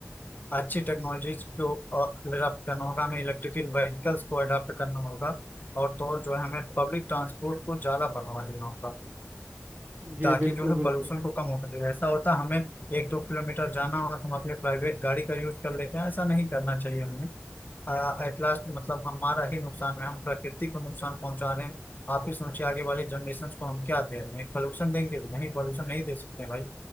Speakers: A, on the left (about 45°); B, on the right (about 30°).
A: अच्छी टेक्नोलॉजीज को अडॉप्ट करना होगा हमें इलेक्ट्रिकल व्हीकल्स को अडॉप्ट करना होगा और तो और जो है हमें पब्लिक ट्रांसपोर्ट को ज़्यादा बढ़ावा देना होगा
B: जी
A: ताकि
B: बिल्कुल
A: जो है
B: बिल्कुल
A: पोल्यूशन को कम हो सके ऐसा होता है हमें एक दो किलोमीटर जाना हो तो हम अपने प्राइवेट गाड़ी का यूज कर लेते हैं ऐसा नहीं करना चाहिए हमें एट लास्ट मतलब हमारा ही नुकसान है हम प्रकृति को नुकसान पहुंचा रहे हैं आप ही सोचिए आगे वाले जनरेशन को हम क्या दे रहे हैं पोल्यूशन देंगे नहीं पोल्यूशन नहीं दे सकते हैं भाई